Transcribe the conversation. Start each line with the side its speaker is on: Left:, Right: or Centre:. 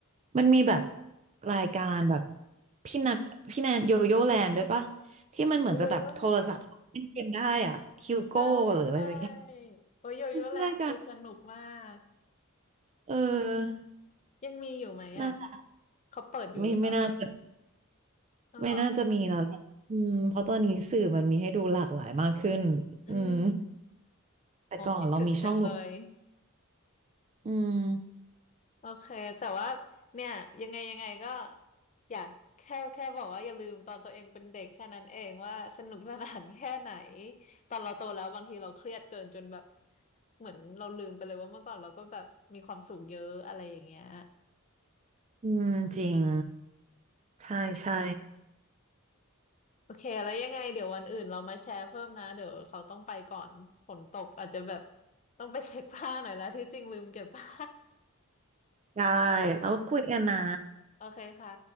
Right: มันมีแบบรายการแบบพี่นัทพี่แนทโยโย่แลนด์ด้วยปะที่มันเหมือนจะแบบโทรศัพท์เล่นเกมได้อ่ะฮิวโก้หรืออะไรสักอย่าง
Left: โอ้โยโย่แลนด์ใช่ใช่โอ้ยโยโย่แลนด์คือสนุกมาก
Right: มันชื่อรายการเออ
Left: ยังมีอยู่ไหมอ่ะ
Right: นั่นแหละ
Left: เขาเปิดอยู่หรือเปล่า
Right: ไม่ไม่น่าจะ
Left: อ๋อเหรอ
Right: ไม่น่าจะมีแล้วแหละอืมเพราะตอนนี้สื่อมันมีให้ดูหลากหลายมากขึ้นอืม
Left: อืม
Right: แต่ก่อนเรามีช่องดู
Left: อ๋อคิดถึงจังเลย
Right: อืม
Left: โอเคแต่ว่าเนี่ยยังไงยังไงก็อยากแค่แค่บอกว่าอย่าลืมตอนตัวเองเป็นเด็กแค่นั้นเองว่าสนุกสนานแค่ไหนตอนเราโตแล้วบางทีเราเครียดเกินจนแบบเหมือนเราลืมไปเลยว่าเมื่อก่อนเราก็แบบมีความสุขเยอะอะไรอย่างเงี้ย
Right: อืมจริงใช่ใช่
Left: โอเคแล้วยังไงเดี๋ยววันอื่นเรามาแชร์เพิ่มนะเดี๋ยวเขาต้องไปก่อนฝนตกอาจจะแบบต้องไปเช็คผ้าหน่อยแล้วที่จริงลืมเก็บผ้า
Right: ได้แล้วคุยกันนะ
Left: <laughs> โอเคค่ะ